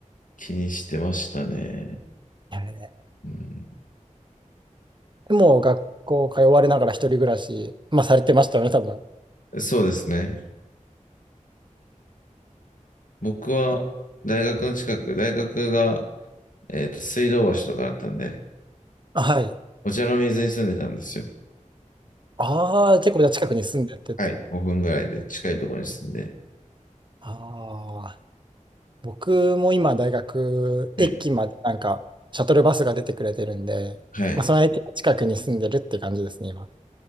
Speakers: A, on the left (about 80°); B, on the right (about 35°).
A: 気にしてましたね。
B: いやね
A: うん、
B: でも、学校通われながら一人暮らし、まあ、されてましたよね、多分。
A: そうですね。僕は大学の近く、大学が、えっと、水道橋とかだったんで、
B: あはい。
A: お茶の水に住んでたんですよ。
B: ああ、結構じゃあ近くに住んでてっていう。
A: はい。5分ぐらいで近いところに住んで。
B: ああ、僕も今、大学、
A: はい。
B: 駅まで、なんか、シャトルバスが出てくれてるんで、
A: はい。
B: まあ、その駅の近くに住んでるって感じですね、今。